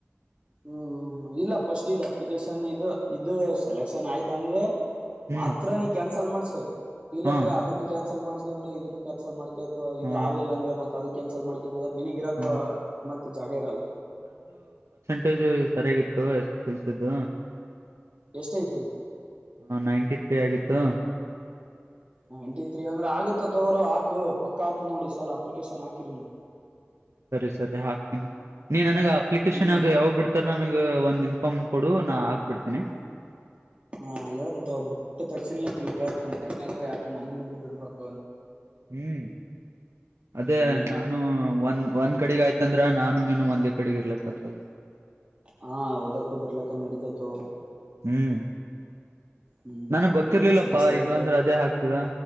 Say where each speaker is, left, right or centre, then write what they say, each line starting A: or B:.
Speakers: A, on the right; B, on the right.
A: ಹ್ಮ್ ಇಲ್ಲ ಪಸ್ಟ್ ಇ ಅಪ್ಲಿಕೇಶನ್ ಇದು ಇದು ಸೆಲೆಕ್ಷನ್ ಆಯ್ತ ಅಂದ್ರೆ
B: ಹ್ಮ್
A: ಮಾತ್ರ ನೀ ಕ್ಯಾನ್ಸಲ್ ಮಾಡ್ಸ ಹ ಇಲ್ಲ
B: ಹಾ
A: ಅಂದ್ರೆ ಅದುನ ಕ್ಯಾನ್ಸಲ್ ಮಾಡಿಕೊಂಡೆ ಇದನ್ನ ಕ್ಯಾನ್ಸಲ್ ಮಾಡಿ ಇದು
B: ಹ
A: ಹಾಲಿಲ್ಲ ಅಂದ್ರೆ ಮತ್ತತ್ ಅದಕ್ಕೆ ಕನ್ಸಲ್ ಮಾಡಿ ನದಾಗ ನಿನಗಿರಕ್ಕ
B: ಹ
A: ಮತ್ತ ಜಾಗ ಇರಲ್ಲ
B: ಟೇಜು ಸರಿಯಾಗಿತ್ತು ಎಸ್ ಎಸ್ ಎಲ್ ಸಿ ದ್
A: ಎಷ್ಟೈತಿ
B: ಹ ನೈಂಟಿ ತ್ರಿ ಆಗಿತ್ತು
A: ನೈಂಟಿ ತ್ರೀ ಅಂದ್ರೆ ಆಗುತ್ತ ತಗೋ ಹಾಕು ಪಕ್ಕ ಆತ ನೋಡಿ ಸಲ ಅಪ್ಲಿಕೇಶನ್ ಹಾಕಿರ ನೀ
B: ಸರಿ ಸರಿ ಹಾಕ್ತೀನಿ ನೀ ನನಗ ಅಪ್ಲಿಕೇಶನ್
A: ಹ್ಮ್
B: ಯಾವ್ದದು ಯಾವಾಗ್ ಬಿಡ್ತಾರ ನನಗ ಒಂದಿನ ಪ್ಪಂ ಕೊಡು ನಾ ಹಾಕ್ಬಿಡ್ತೇನೆ
A: ಹಾ ಯಂತ ಬುಟ್ಟ ತಕ್ಷಣ ನೀಗೆ ಹೇಳ್ತ ಅಂತ ಯಾಕಂದ್ರೆ ಯಾಕ ನಮ್ಮ ಹುಡುಗರು ಇರ್ಬೇಕ
B: ಹ್ಮ್ ಅದೇ
A: ಹ್ಮ್
B: ನಾನು ಒಂದ್ ಒಂದ್ ಕಡೆಗ್ ಆಯ್ತಂದ್ರ ನಾನು ನೀನು ಒಂದೇ ಕಡೆಗ್ ಇರ್ಲಕ್ಕ ಆತದ್
A: ಹಾ ಓದಕ್ ಬರ್ಲಕ್ ನಡೀತೈತಿ ತೊ
B: ಹ್ಮ್
A: ಹ್ಮ್
B: ನನಗ್ ಗೊತ್ತಿರ್ಲಿಲ್ಲಪ್ಪಾ
A: ಸರಿ ಸರಿ
B: ಇಲ್ಲಾಂದ್ರೆ
A: ತಗೋ ಹ್ಮ್
B: ಅದೇ ಹಾಕ್ತಿದ